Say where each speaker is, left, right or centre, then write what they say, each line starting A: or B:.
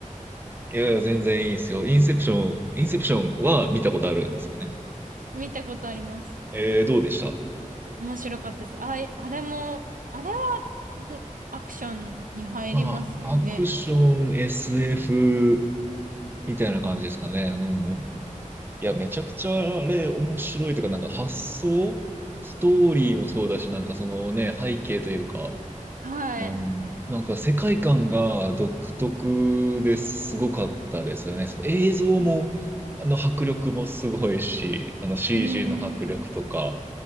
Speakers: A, on the right (about 15°); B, on the right (about 85°).
A: <laughs> いやいや、全然いいですよ。インセプション、インセプションは見たことあるんですかね。
B: <laughs> 見たことあります。
A: えー、どうでした
B: 面白かったです。あ、えあれも、あれはど、アクションに入りますよね。
A: まあ、アクション、SF みたいな感じですかね。うんうんうんいや、めちゃくちゃあれ面白いというか、なんか発想、ストーリーもそうだし、なんかそのね、背景というか、
B: はい。
A: うん、なんか世界観が独特ですごかったですよね。その映像も、
B: うん。
A: あの迫力もすごいし、あの CG
B: うん。
A: の迫力とか、
B: うん。